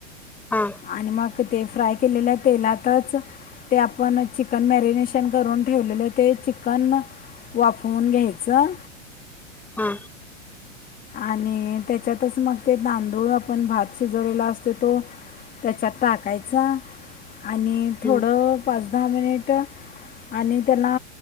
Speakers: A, in the centre; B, on the left.
A: हा
B: आणि मग ते फ्राय केलेल्या तेलातच ते आपण चिकन मॅरिनेशन करून ठेवलेले ते चिकन वाफवून घ्यायचं
A: हा
B: आणि त्याच्यातच मग ते तांदूळ आपण भात शिजवलेला असत तो त्याच्यात टाकायचा आणि
A: हम्म
B: थोडं पाच दहा मिनिट आणि त्याला